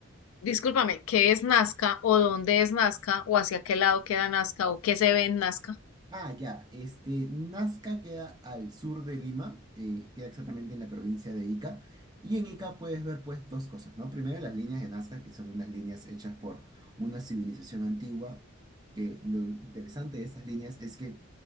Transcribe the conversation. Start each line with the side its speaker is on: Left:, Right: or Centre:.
Left: Discúlpame, ¿qué es Nazca o dónde es Nazca o hacia qué lado queda Nazca o qué se ve en Nazca?
Right: Ah, ya. Este, Nazca queda al sur de Lima, eh, queda exactamente en la provincia de Ica. Y en Ica puedes ver pues dos cosas, ¿no? Primero las líneas de Nazca, que son unas líneas hechas por una civilización antigua, que lo interesante de estas líneas es que